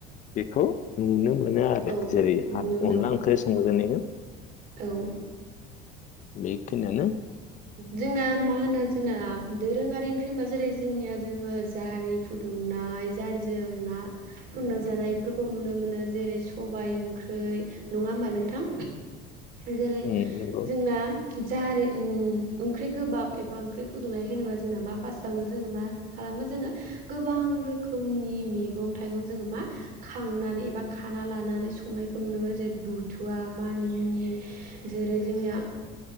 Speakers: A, on the left (about 40°); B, on the right (about 45°).
A: बेखौ नुनो मोनोआरो
B: औ
A: जेरै
B: नुनो
A: ह
B: मोनो
A: अनला ओंख्रि संजेननायखौ
B: औ औ
A: बे माने
B: जोंना मा होनो जोंना दोरोङारि ओंख्रि होनबा जेरै जोंनिया जोंङो जारि फुदुंनाय जारिजों ना फुदुंना जानायफोरखौ नुनो मोनो जेरै सबाय ओंख्रि नङा होमबा नोंथां? जेरै
A: उम नंगौ
B: जोंना जारि ओम ओंख्रि गोबाब एबा ओंख्रि फुदुंनाय होनोबा जोंना मा फार्स्टआवनो जोंङो मा खालामो जोंङो गोबां रोखोमनि मैगं थाइगं जोंङो मा खांनानै एबा खाना लानानै संनायखौ नुनो मोनो जेरै बुथुवा मानिमुनि जेरै जोंना